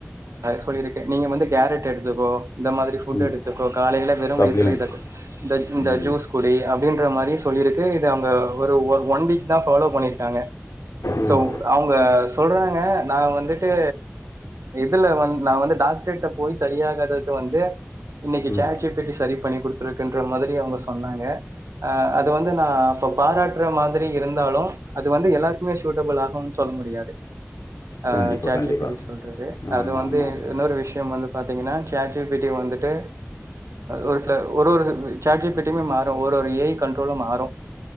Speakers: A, on the right; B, on the left.
A: சொல்லியிருக்கு நீங்க வந்து கேரட் எடுத்துக்கோ இந்த மாதிரி ஃபுட்
B: ம்.
A: எடுத்துக்கோ காலையில வெறும்
B: சப்ளிமெண்ட்ஸ்.
A: வயத்துலே இருக்கும் இந்த
B: ம்,
A: ஜூஸ் குடி அப்படின் மாதிரி சொல்லிருக்கு இது அவங்க ஒரு ஒன் வீக் தான் ஃப்லோ பண்ணிருக்காங்க
B: ம்,
A: சோ அவங்க சொல்றாங்க நான் வந்துட்டு இதுல வந்து நான் வந்து டாக்டரேிட்ட போய் சரியாகாதக்கு வந்து இன்னைக்கு
B: ம்.
A: ஜாட் ஜி ப்பிட்டி சரி பண்ணி கொடுத்துருக்குன்ற மாதிரி அவங்க சொன்னாங்க ஆஹ் அது வந்து நான் இப்ப பாராட்டுற மாதிரி இருந்தாலும் அது வந்து எல்லாருக்குமே சூட்டபிள் ஆகும்னு சொல்ல முடியாது ஆஹ்
B: கண்டிப்பா,
A: சாட்
B: கண்டிப்பா.
A: ஜி ப்பிட்டி சொல்றது அது
B: ஆமா,
A: வந்து
B: ஆமா, ஆமா.
A: இன்னொரு விஷயம் வந்து பாத்தீங்கன்னா சாட் ஜி பிட்டி வந்துட்டு ஒரு சில ஒரு ஒரு சாட் ஜி பிட்டுமே மாறும் ஒரு ஒரு ஏ கண்ட்ரோல மாறும்